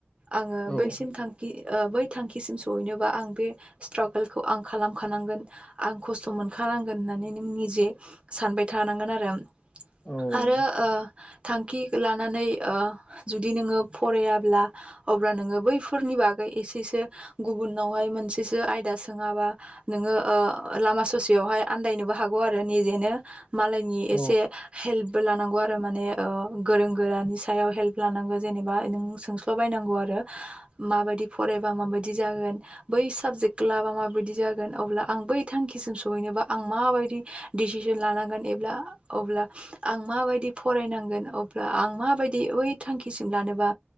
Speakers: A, on the right; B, on the left.
A: आङो
B: औ
A: बैसिम थांखि ओ बै थांखिसिम सहैनोबा आं बे स्ट्रागोलखौ आं खालामखानांगोन आं खस्थ' मोनखानांगोन नानै नों निजे सानबाय थानांगोन आरो
B: औ
A: आरो ओ थांखि लानानै ओ जुदि नोङो फरायाब्ला अब्ला नोङो बैफोरनि बागै एसेबो गुबुनावहाय मोनसेसो आयदा सोङाबा नोङो ओ लामा ससेयाव बेहाय आनदायनोबो हागौ आरो निजेनो मालायनि
B: औ
A: एसे हेल्प ल्प लानांगौ आरो माने गोरों गोरानि सायाव हेल्प लानांगौ जेनेबा नों सोंस्ल' बायनांगौ आरो माबायदि फरायबा माबायदि जागोन बै साबजेक्ट लाबा माबायदि जागोन अब्ला आं आं बै थांखिसिम सहैनोबो आं माबायदि डिसिसन लानांगोन एब्ला अब्ला आं माबायदि फरायनांगोन अब्ला आं माबायदि बै थांखिसिम लानानै मोबा